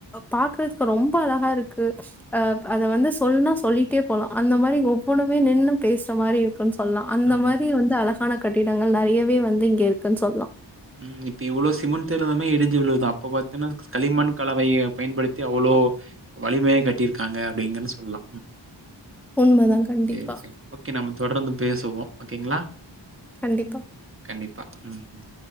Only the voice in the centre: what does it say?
பாக்குறதுக்கு ரொம்ப அழகாருக்கு அ அத வந்து சொல்லனுனா சொல்லிட்டே போலா அந்த மாரி ஒவ்வொண்ணுமே நின்னு பேசுற மாரி இருக்குன்னு சொ சொல்லா அந்த
மாரி வந்து அழகான கட்டிடங்கள் நெறையவே வந்து இங்க இருக்குன்னு சொல்லா
உண்மதான். கண்டிப்பா,
கண்டிப்பா